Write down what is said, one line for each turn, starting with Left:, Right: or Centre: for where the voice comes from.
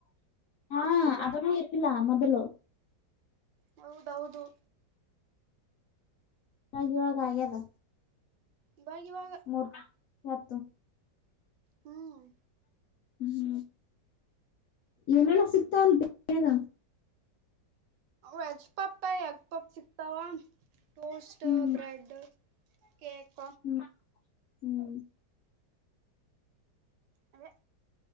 Left: ಹಾ ಅದನ್ನುೂ ಇರ್ಲ್ಲ ಮೊದಲು
Right: ಹೌದೌದು
Left: ಹಗವಾಗ ಆಾಗದ
Right: ಇವಾಗ ಇವಾಗ
Left: ಮೂರ್ ಹತ್ತು
Right: ಹ್ಮ್
Left: ಹ್ಮ ಏನೆಲ್ಲ ಸಿಕ್ತಾವ ಅಲ್ ಬಾಗ
Right: ವೆಜ್ ಪಾಪ ಎಗ್ ಪಾಪ್ ಸಿಕ್ತಾವ ಟೋಸ್ಟ್
Left: ಹ್ಮ್
Right: ಬ್ರೆಡ್ ಕಕ್
Left: ಹ್ಮ್ ಹ್ಮ್
Right: ಅದೇ